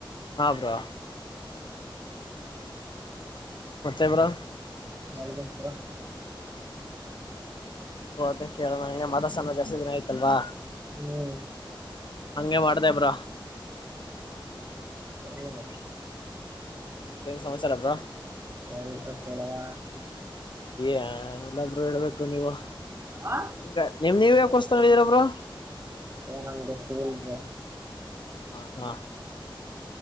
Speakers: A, on the left; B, on the right.
A: ಹಾ ಬ್ರೋ ಮತ್ತೆ ಬ್ರೋ
B: ನಲ್ಬತ್ತರ
A: ಅ ಕೇಳೋಣ ಮಠಡಿಸೋಣ ಜಾಸ್ತಿ ದಿನ ಆಯ್ತಲ್ವಾ
B: ಹೂ
A: ಹಂಗೆ ಮಾಡ್ದ ಬ್ರೋ
B: ಸನು
A: ಮತ್ತೇನ್ ಸಮಾಚಾರ ಬ್ರೋ
B: ಯಾರಿದ್ರ ಕೊಳವಾ
A: ಯ ಎಲ್ಲಬ್ರು ಹೇಳ್ಬೇಕು ನೀವು
B: ಹಾ
A: ನಿಮ್ಗ ನಿಮ್ ನೀವ ಯಾಕೋಸ್ ಳರ ಬ್ರೋ
B: ನಂದಂದ ಸಿಗಿದೆ
A: ಆಾ ಹಾ ಹಾ